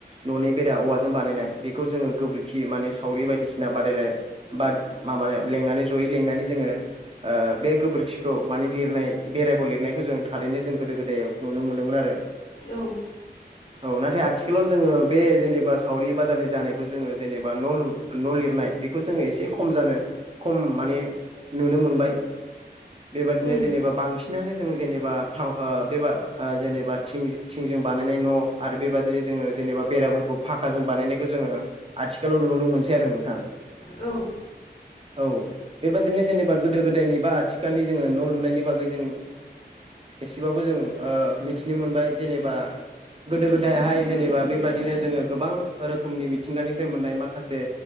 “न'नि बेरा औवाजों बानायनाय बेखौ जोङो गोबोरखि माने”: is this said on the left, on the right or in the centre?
Right